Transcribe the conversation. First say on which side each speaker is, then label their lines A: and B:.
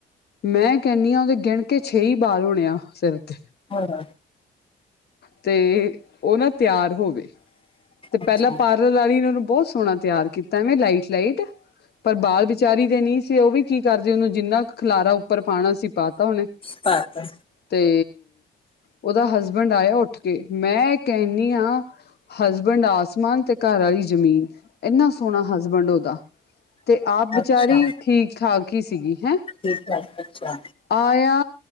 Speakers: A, on the left (about 55°); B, on the left (about 25°).
A: ਮੈਂ ਕਹਿੰਦੀ ਹਾਂ ਉਹਦੇ ਗਿਣਕੇ ਛੇ ਬਾਲ ਹੋਣੇ ਆ ਸਿਰ ਤੇ।
B: ਹੋਰ
A: ਤੇ ਉਹ ਨਾ ਤਿਆਰ ਹੋਵੇ। ਤੇ ਪਹਿਲਾਂ
B: ਅੱਛਾ
A: ਪਾਰਲਰ ਵਾਲੀ ਇਹਨਾਂ ਨੂੰ ਬਹੁਤ ਸੋਹਣਾ ਤਿਆਰ ਕੀਤਾ ਐਵੇਂ ਲਾਈਟ ਲਾਈਟ ਪਰ ਬਾਲ ਵਿਚਾਰੀ ਤੇ ਨਹੀਂ ਸੀ ਉਹ ਵੀ ਕੀ ਕਰਦੇ ਉਹਨੂੰ ਜਿੰਨਾ ਖਲਾਰਾ ਉੱਪਰ ਪਾਣਾ ਸੀਸੀ ਪਾ ਤਾ ਉਹਨੇ
B: ਪਾਤਾ
A: ਤੇ ਉਹਦਾ ਹਸਬੈਂਡ ਆਇਆ ਉੱਠ ਕੇ ਮੈਂ ਕਹਿੰਨੀ ਹਾਂ। ਹਸਬੈਂਡ ਆਸਮਾਨ ਤੇ ਘਰ ਵਾਲੀ ਜ਼ਮੀਨ ਇੰਨਾ ਸੋਹਣਾ ਹਸਬੈਂਡ ਉਹਦਾ। ਤੇ ਆਪ ਵਿਚਾਰੀ
B: ਅੱਛਾ
A: ਠੀਕ-ਠਾਕ। ਈ ਸੀਗੀ। ਹੈਂ
B: ਠੀਕ ਹੈ ਅੱਛਾ
A: ਆਇਆ।